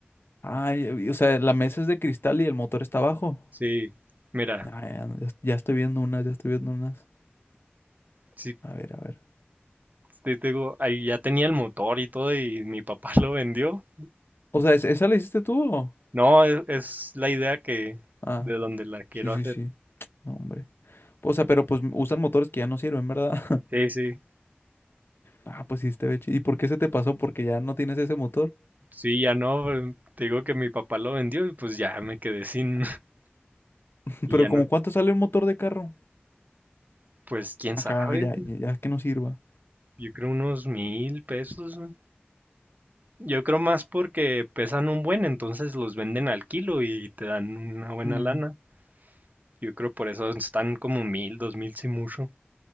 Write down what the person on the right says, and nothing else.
Sí, mira,
sí,
te digo, ahí ya tenía el motor y todo y mi papá <laughs> lo vendió
No, es, es la idea que
de donde la quiero
hacer.
Sí, sí.
Sí, ya no, pues, te digo que mi papá lo vendió y pues ya me quedé sin <laughs>
y
ya
no,
pues quién
sabe.
Yo creo unos mil pesos. ¿no? Yo creo más porque pesan un buen, entonces los venden al kilo y te dan una buena
lana. Yo creo por eso están como mil, dos mil si mucho.